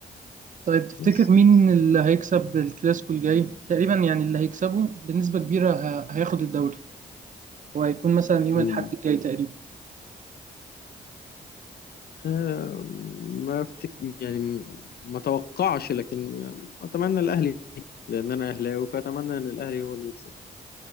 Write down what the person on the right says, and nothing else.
طيب تفتكر
مين اللي هيكسب الكلاسيكو الجاي تقريبا يعني اللي هيكسبه بنسبة كبيرة ه- هياخد الدوري وهيكون مثلا يوم
الاحد الجاي تقريبا